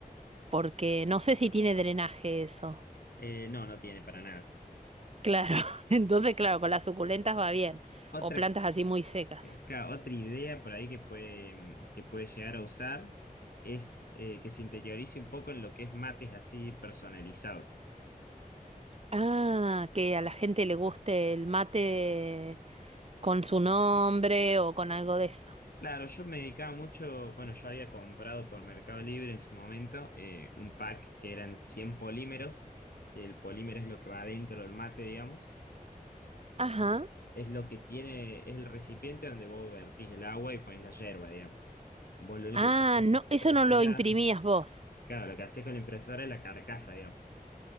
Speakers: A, on the right; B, on the left.
A: porque no sé si tiene drenaje eso.
B: Eh, no, no tiene para nada.
A: Claro, <laughs> entonces claro, con las suculentas va bien,
B: Otra,
A: o plantas así muy secas.
B: eh, claro, otra idea por ahí que puede, mm, que puede llegar a usar es eh, que se interiorice un poco en lo que es mates así personalizados.
A: Ah, que a la gente le guste el mate con su nombre o con algo de eso.
B: Claro, yo me dedicaba mucho, bueno, yo había comprado por Mercado Libre en su momento eh, un pack que eran 100 polímeros, y el polímero es lo que va adentro del mate, digamos.
A: Ajá.
B: El- es lo que tiene, es el recipiente donde vos vertís el agua y pones la yerba, digamos. Vos lo único
A: Ah,
B: que haces
A: no,
B: con la impresora,
A: eso no lo imprimías vos.
B: claro, lo que haces con la impresora es la carcasa, digamos.